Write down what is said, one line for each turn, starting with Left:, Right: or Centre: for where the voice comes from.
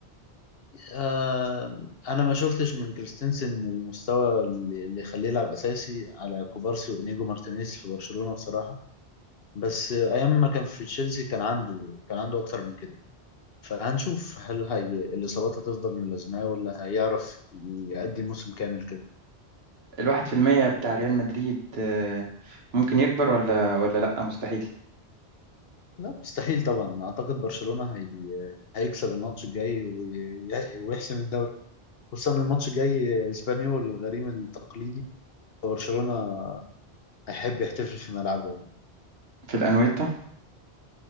Left: آه انا ما شفتش من كريستنسن المستوى اللي اللي يخليه يلعب اساسي على كوبارسي وانيجو مارتينيز في برشلونة بصراحة بس ايام ما كان في تشيلسي كان عنده كان عنده اكتر من كده فهنشوف هل هي الاصابات هتفضل ملازماه ولا هيعرف يأدي موسم كامل كده
Right: الواحد في المية بتاع ريال مدريد آه، ممكن يكبر ولا ولا لأ مستحيل
Left: لا مستحيل طبعا اعتقد برشلونة هي هيكسب الماتش الجاي وي- ويحسم الدوري خصوصا الماتش الجاي اسبانيول الغريم التقليدي فبرشلونة هيحب يحتفل في ملعبه
Right: في الأنويتا